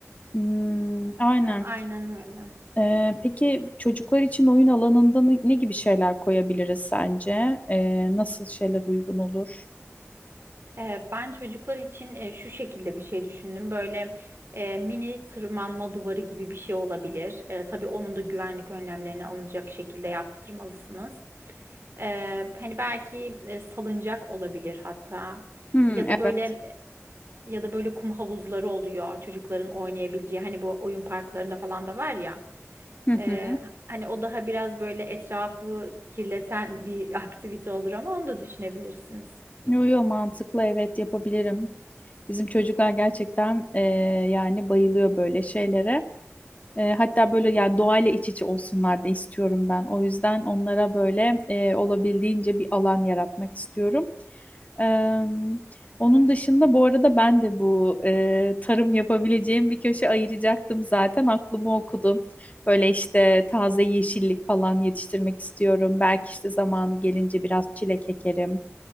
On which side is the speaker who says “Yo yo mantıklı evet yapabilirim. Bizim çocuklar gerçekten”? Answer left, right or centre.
Left